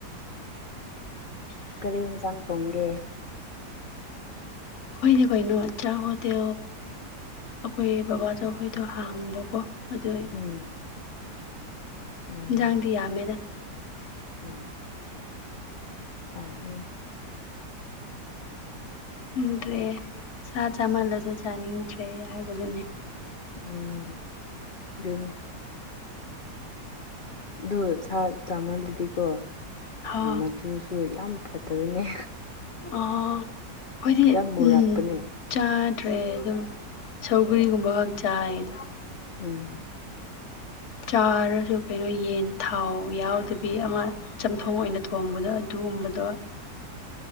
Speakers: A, on the left; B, on the left.
A: ꯀꯔꯤ ꯌꯦꯟꯁꯥꯡ ꯊꯣꯡꯒꯦ
B: ꯀꯣꯏꯩꯅ ꯀꯣꯏꯅ ꯍꯆꯥꯥꯕꯨꯣ ꯇꯣ ꯑꯩꯈꯣꯏ ꯕꯕꯥꯗꯈꯣꯏꯗꯣ ꯍꯥꯡꯕꯀꯣ ꯑꯗꯨ
A: ꯎꯝ ꯑꯣ
B: ꯏꯟꯖꯥꯡꯗꯤ ꯌꯥꯝꯃꯦꯗ
A: ꯎꯝ ꯍꯥꯏꯦ
B: ꯅꯦ ꯁꯥ ꯆꯥꯃꯜꯂꯁꯨ ꯆꯥꯅꯤꯡꯗ꯭ꯔꯦ ꯍꯥꯏꯕꯗꯨꯅꯦ
A: ꯎꯝ ꯑꯗꯨꯅꯤ ꯑꯗꯨ ꯁꯥ ꯆꯥꯝꯃꯜꯂꯗꯤꯀꯣ
B: ꯍꯥ
A: ꯃꯆꯨꯁꯨ ꯌꯥꯝ ꯐꯠꯇꯕꯅꯦ
B: ꯑ ꯐꯣꯏꯗꯤ
A: ꯌꯥꯝ ꯃꯨꯔꯛꯄꯅꯦ
B: ꯎꯝ ꯆꯥꯗ꯭ꯔꯦ ꯑꯗꯨꯝ ꯁꯧꯒꯔꯤꯒꯨꯝꯕ ꯈꯛ ꯆꯥꯏ ꯑꯗꯣ
A: ꯎꯝ
B: ꯆꯥꯔꯁꯨ ꯀꯩꯅꯣ ꯌꯦꯟ ꯊꯥꯎ ꯌꯥꯎꯗꯕꯤ ꯑꯃ ꯆꯝꯊꯣꯡ ꯑꯣꯏꯅ ꯊꯣꯡꯕꯗꯣ ꯑꯗꯨꯒꯨꯝꯕꯗꯣ